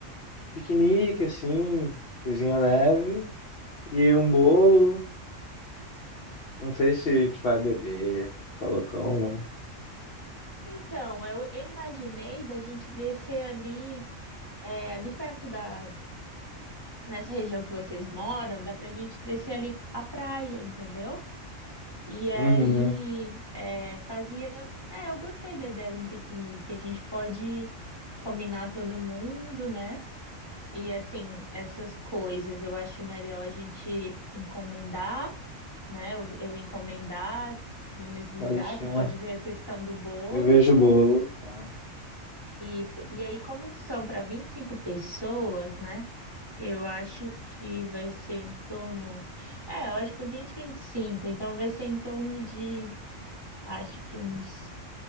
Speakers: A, on the left; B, on the right.
A: piquenique, assim, cozinha leve e um bolo. Não sei se a gente vai beber, ficar loucão ou não.
B: Então, eu, eu imaginei da gente descer ali, é, ali perto da, nessa região que vocês moram, dá pra gente descer ali a praia, entendeu? E aí,
A: Uhum,
B: é, fazia. É, eu gostei da ideia de um piquenique. A gente pode combinar todo mundo, né? E assim, essas coisas eu acho melhor a gente encomendar. né? Eu, eu encomendar no mesmo
A: pode
B: lugar,
A: deixar.
B: tu pode ver a questão do bolo.
A: Eu vejo o bolo, tá?
B: Isso. E aí, como são para 25 pessoas, né? Eu acho que vai ser em torno. É, eu acho que vinte, vinte e cinco Então, vai ser em torno de, acho que uns,